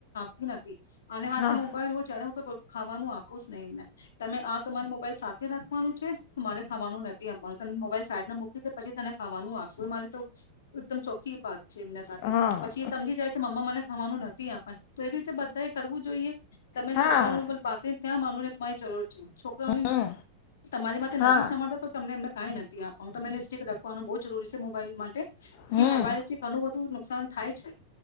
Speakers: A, on the left; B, on the left.
A: <unintelligible> નથી. આને હાથે
B: હા
A: મોબાઇલ હો જ્યારે ખાવાનું આપોસ ને એમને તમે આ તમારી મોબાઈલ સાથે રા ખવાનું છે. મારે ખાવાનું નથી અએમ પણ ત મોબાઈલ સાઈડમાં મૂકીડે પછી તને ખાવાનું આપશુ મારી તો એકદમ ચોખી વાત છે એમના સાથે
B: હા
A: પછી એ સમજી જાય છે મમ્મા મને ખવાનું નથી આપે તો એવી રીતે બધા એ કરવું જોઈએ તમે
B: હા
A: છોકરા ન બ બાતી જ ત્યાં માનવ ને તમારી જરૂર છે છોકરોની
B: હમ
A: તમારી માટે
B: હા
A: નથી સાભળતા તો તમને એમને કઈ નથી આપવાનું તો તને સ્ટીિક રાખવાનું બહુ જરૂરી છે મોબાઈલ માટે
B: હમ
A: મોબાઈલથી ઘણું બધું નુકસાન થાય છે.